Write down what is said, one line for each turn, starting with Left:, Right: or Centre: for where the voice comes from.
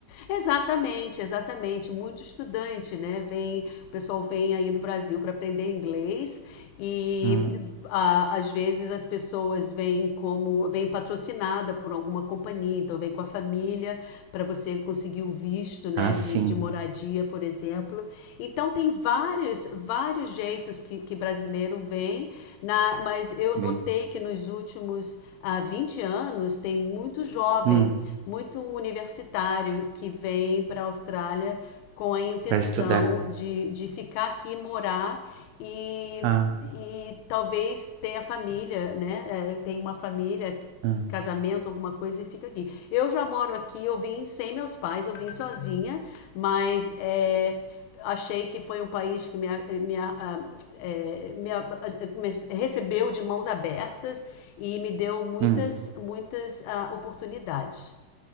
Left: Exatamente, exatamente. Muito estudante, né? Vem, o pessoal vem aí do Brasil para aprender inglês e
Right: Hum,
Left: ah, às vezes as pessoas vêm como vêm patrocinada por alguma companhia, então vem com a família para você conseguir o visto, né,
Right: ah, sim,
Left: de, de moradia, por exemplo. Então tem vários vários jeitos que, que brasileiro vem, na, mas eu
Right: bem.
Left: notei que nos últimos ah, 20 anos tem muito jovem
Right: Hum,
Left: muito universitário que vem para a Austrália com a intenção
Right: para estudar.
Left: de, de ficar aqui, morar e,
Right: Ah,
Left: e talvez ter a família, né? É, Tem uma família,
Right: ah.
Left: casamento, alguma coisa e fica aqui. Eu já moro aqui, eu vim sem meus pais, eu vim sozinha, mas é, achei que foi um país que me, me é, me me recebeu de mãos abertas e me deu muitas,
Right: hum.
Left: muitas ah, oportunidades.